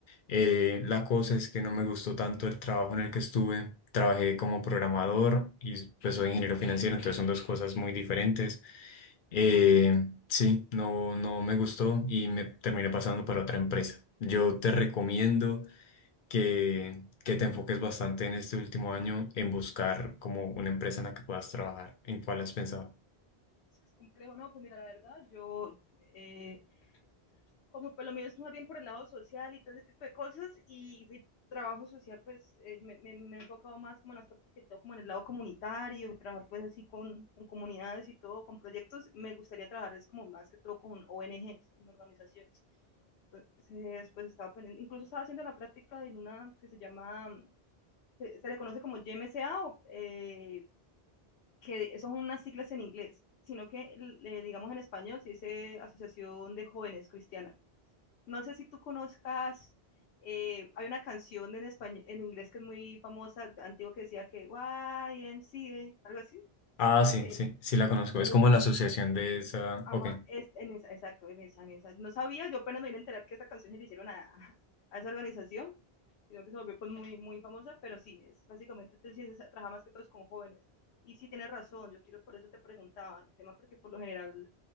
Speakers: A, on the left (about 60°); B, on the left (about 80°).
A: Eh, la cosa es que no me gustó tanto el trabajo en el que estuve. Trabajé como programador y pues soy ingeniero financiero, entonces son dos cosas muy diferentes. Eh, sí, no, no me gustó y me terminé pasando para otra empresa. Yo te recomiendo que, que te enfoques bastante en este último año en buscar como una empresa en la que puedas trabajar. ¿En cuál has pensado?
B: Es es complejo, no, pues mira, la verdad, yo eh, como por lo menos más bien por el lado social y todo ese tipo de cosas, y mi trabajo social pues eh, me, me, me, he enfocado más como en las partes que todo como en el lado comunitario, trabajar pues así con, con, comunidades y todo, con proyectos, me gustaría trabajar es como más que todo con ONGs, con organizaciones. Entonces, pues estaba pendiente, incluso estaba haciendo la práctica en una que se llama, se, se le conoce como YMCA, o, eh, que son unas siglas en inglés, sino que, eh, digamos en español, se dice Asociación de Jóvenes Cristianas no sé si tú conozcas, eh, hay una canción en español, en inglés que es muy famosa, antigua, que decía que YMCA, algo así. He
A: Ah,
B: escuchado
A: sí,
B: que
A: sí, sí la conozco. Es como
B: es,
A: la asociación de esa.
B: ajá,
A: Ok,
B: es en esa, exacto, en esa, en esa. No sabía, yo apenas me vine a enterar que esa canción se le hicieron a, <laughs> a esa organización, sino que se volvió pues, muy, muy famosa, pero sí, es básicamente, entonces, trabaja más que todos con jóvenes. Y sí, tienes razón, yo quiero, por eso te preguntaba el tema, porque por lo general